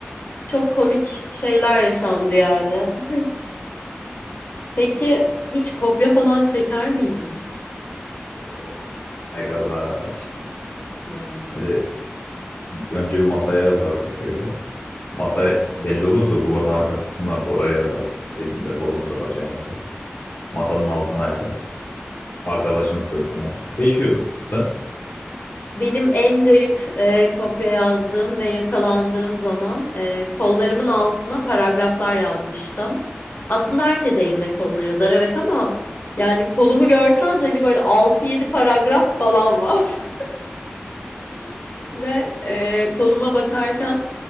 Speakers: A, on the left; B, on the left.
A: Çok komik şeyler yaşandı yani. <laughs> Peki hiç kopya falan çeker miydin?
B: Oo, ne kadar.
A: Ya
B: Böyle önce bir masaya yazardık şöyle. Masaya belli olursa duvarın arka kısımlarda oraya yazardık. Elimize, kolumuza, bacağımıza. Masanın altına ya da arkadaşın sırtına. Değişiyordu. Sen
A: benim en garip e, kopya yazdığım ve yakalandığım zaman e, kollarımın altına paragraflar yazmıştım. Aslında herkes eline koluna yazar evet ama yani kolumu görsen hani böyle altı yedi paragraf falan var. <laughs> Ve e, koluma bakarken